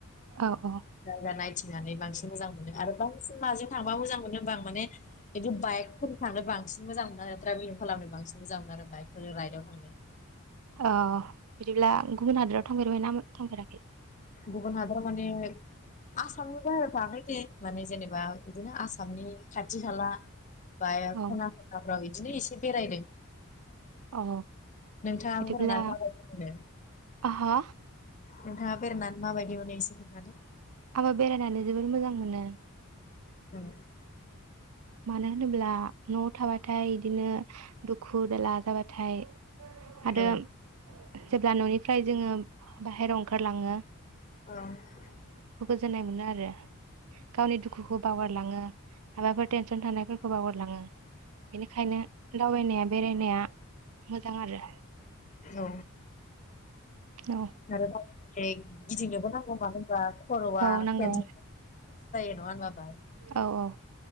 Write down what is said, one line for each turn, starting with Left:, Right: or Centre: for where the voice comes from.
Right: औ औ
Left: जायगा नायथिंनानै बांसिन मोजां मोनो आरो बांसिन माजों थांबा मोजां मोनो होमबा आं माने बिदि बायेकफोरजों थांनोबा सिन मोजां मोनो आरो ट्राभेलिं खालामनो बांसिन मोजां मोनो आरो बाइकफोर राइदाव थांनो
Right: औ बिदिब्ला गुबुन हादर थांफेरबाय ना थांफेराखै
Left: गुबुन हादराव माने आसामनि बाहेराव थाङाखै दे माने जेनेबा बिदिनो आसामनि खाथि खाला बाया
Right: औ
Left: खना खनलाफ्राव इदि बिदिनो एसे बेरायदों
Right: औ
Left: नोंथाङा
Right: बिदिब्ला
Left: बेरनानै माबादि मोनो नोंथाङा
Right: आहा
Left: बेरायना माबायदि मोनो इसे खोनथादो
Right: आंङो बेरायनानै जोबोर मोजां मोनो
Left: ओं
Right: मानो होनोब्ला नआव थाबाथाय इदिनो दुखु दाला जाबाथाय आरो
Left: औ
Right: जेब्ला ननिफ्राय जोङो बाहेरायाव ओंखारला
Left: औ
Right: जोनाय मोनो आरो गावनि दुखुखौ बावगारलाङो आरो टेनसन थानायफोरखौ बागारलाङो बेनिखायनो दावबायनाया बेरायनाया मोजां आरो
Left: औ
Right: औ
Left: आरो बाय जहै गिदिंनोबो नांगौ मानो होनबा खरआ
Right: औ नांगौ
Left: <unintelligible> जायो <unintelligible>
Right: औ औ